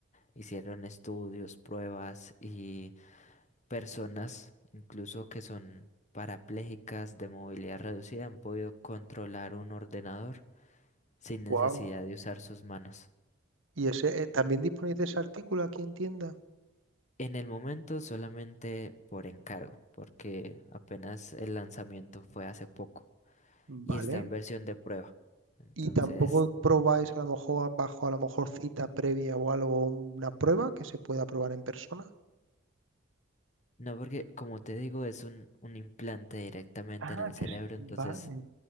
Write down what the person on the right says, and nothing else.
wow,
Y ese, eh, también disponéis de ese artículo aquí en tienda.
vale.
Y tampoco probáis a lo mejor bajo a lo mejor cita previa o algo, una prueba que se pueda probar en persona.
Ah,
que sí,
vale,